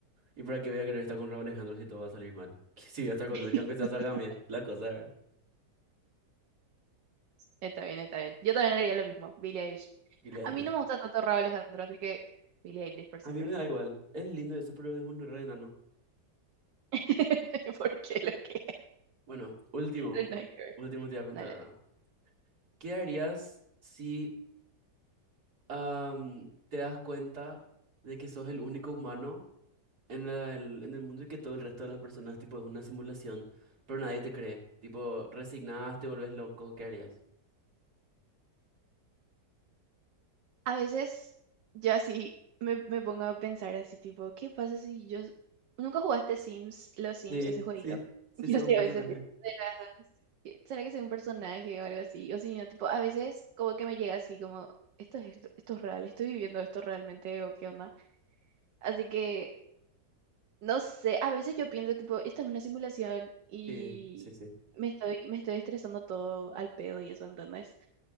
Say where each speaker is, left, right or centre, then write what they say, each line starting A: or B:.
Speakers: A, on the right; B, on the right.
A: ¿Y para qué voy a querer estar con Raúl Alejandro si todo va a salir mal? <laughs> Si voy a estar con
B: <laughs>
A: él, que aunque sea salgan bien, la cosa, ¿verdad?
B: está bien, está bien. Yo también haría lo mismo, Billie Eilish.
A: Billie Eilish.
B: A mí no me gusta tanto Raúl Alejandro, así que Billie Eilish por siempre.
A: A mí me da igual. Es lindo eso, pero es un re enano.
B: <laughs> Porque lo que...
A: Bueno, último.
B: no, Nada que ver.
A: Último te voy a preguntar
B: Dale.
A: ahora. ¿Qué harías si am, te das cuenta de que sos el único humano en la- el, en el mundo y que todo el resto de las personas, tipo, es una simulación, pero nadie te cree? Tipo, resignás, te volvés loco, ¿qué harías?
B: A veces yo así me, me pongo a pensar así tipo, ¿qué pasa si yo... Nunca jugaste Sims, los Sims,
A: Sí,
B: ese jueguito?
A: sí, sí,
B: <laughs>
A: sos
B: Yo sí
A: un personaje.
B: a veces pienso, ¿será, que será que soy un personaje o algo así? O si no, tipo, a veces como que me llega así como, esto es, esto, esto es real, estoy viviendo esto realmente o qué onda. Así que, no sé, a veces yo pienso tipo, esta es una simulación y
A: Sí, sí, sí.
B: me estoy, me estoy estresando todo al pedo y eso, ¿entendés?